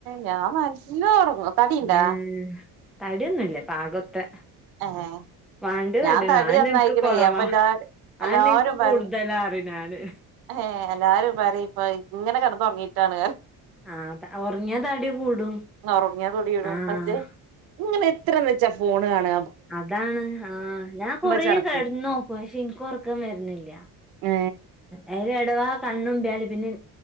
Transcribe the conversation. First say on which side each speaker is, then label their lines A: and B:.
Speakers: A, on the right; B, in the centre.
A: ഞാൻ നല്ലോം ഒറങ്ങും. തടിയിണ്ടാ
B: ഏ തടിയൊന്നുല്ലാ പാകൊത്തെ.
A: ഏ
B: വാണ്ടേ
A: ഞാൻ
B: തടിയിന്നും
A: തടി
B: അതന്നെ
A: നന്നായിക്കണേ
B: എനിക്ക് കൊറവ
A: അപ്പൊ എല്ലാ എല്ലാരും
B: അതന്നെ എനക്ക്
A: പറയും
B: കൂടുതലാ പറയും. ആണ്.
A: ഏ.. എല്ലാരും പറിം ഇപ്പം ഇങ്ങനെ കടന്നൊറങ്ങിയിട്ടാണ്റിം.
B: ആഹ ഒറങ്ങ്യ തടി കൂടും....
A: ഒറങ്ങിയാ തൊടിടും
B: ആഹ്
A: പക്ഷേ ഇങ്ങനെ എത്രന്ന് വെച്ചാ ഫോണ് കാണ..
B: അതാണ് ആഹ ഞാൻ കൊറേ
A: ചടക്കും
B: കെടന്ന് നോക്കും പക്ഷെ എനക്ക് ഒറക്കം വര്ണില്ല.
A: ഏ
B: അയ്ൽ എടവാ കണ്ണുംമ്പ്യല് പിന്നെ